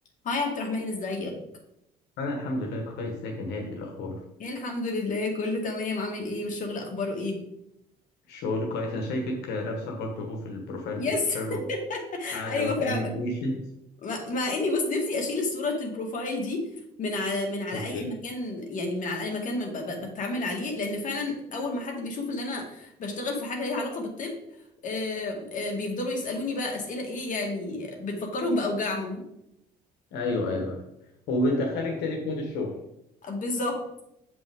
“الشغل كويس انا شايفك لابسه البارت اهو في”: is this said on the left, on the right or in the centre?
Left